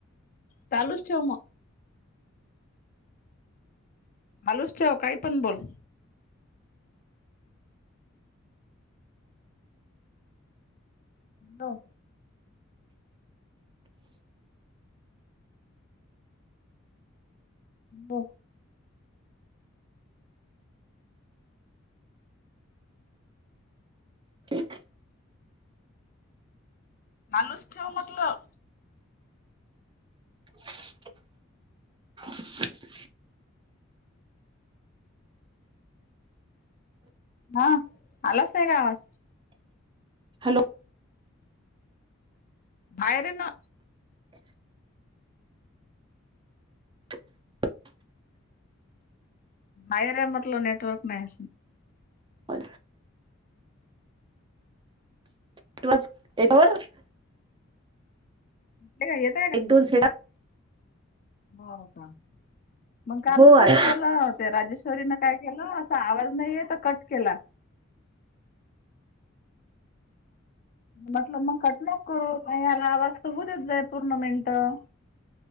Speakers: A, on the left; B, on the right.
A: चालूच ठेव म. मालुस ठेव काय पण बोल. हो. हो.
B: तेख.
A: मालुच ठेव मतलं.
B: व्हा <inaudible>
A: हा आलास नाही का आवाज?
B: हॅलो.
A: भाहेर येना.
B: हा <inaudible>
A: बाहेर या म्हटलं नेटवर्क नाही.
B: हो <unintelligible> <unintelligible>
A: ते काय घेत
B: एक दोन <unintelligible>
A: हो का मग काल
B: हो
A: तसच
B: आला
A: केलं हो ते राजेश चरीने काय केलं अस आवाज नाही येत तर कट केला. म्हटलं मग कट नको करू नाही आला आवाज होऊ देत जाय पूर्ण मिनिटं.